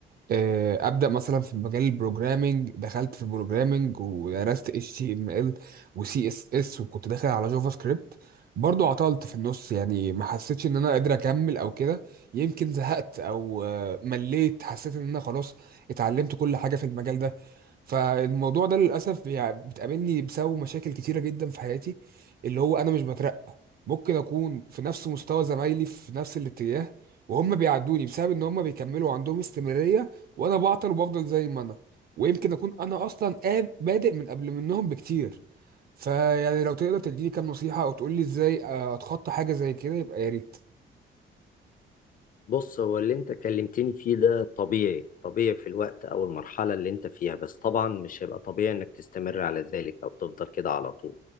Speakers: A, on the right; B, on the left.
A: آه، ابدا مثلا في مجال البروجرامينج دخلت في البروجرامينج ودرست اتش تي ام ال وسي اس اس وكنت داخل على جافا سكريبت برضو عطلت في النص يعني ما حسيتش ان انا قادر اكمل او كده يمكن زهقت او آه، مليت حسيت ان انا خلاص اتعلمت كل حاجه في المجال ده فالموضوع ده للاسف يعني بتقابلني بسبب مشاكل كتيره جدا في حياتي اللي هو انا مش بترقى ممكن اكون في نفس مستوى زمايلي في نفس الاتجاه وهم بيعدوني بسبب ان هم بيكملوا عندهم استمرارية وانا بعطل وبفضل زي ما انا ويمكن اكون انا اصلا قاب- بادئ من قبل منهم بكتير فيعني لو تقدر تديني كام نصيحة او تقول لي ازاي آه، اتخطى حاجة زي كده يبقى يا ريت
B: بص هو اللي انت كلمتني فيه ده طبيعي طبيعي في الوقت او المرحلة اللي انت فيها بس طبعا مش هيبقى طبيعي انك تستمر على ذلك او تفضل كده على طول